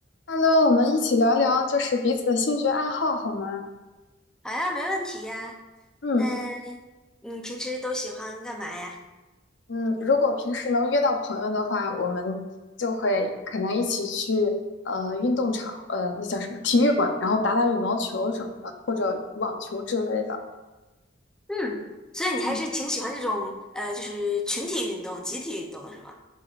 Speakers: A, on the left; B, in the centre.
A: Hello，我们一起聊聊就是彼此的兴趣爱好好吗？
B: 好呀，没问题呀。
A: 嗯
B: 那你平时都喜欢干嘛呀？
A: 嗯，如果平时能约到朋友的话，我们就会可能一起去呃运动场，呃那叫什么体育馆，然后打打羽毛球什么的，或者网球之类的。
B: 嗯，所以你还是挺喜欢这种呃，
A: 嗯，
B: 就是群体运动、集体运动的是吗？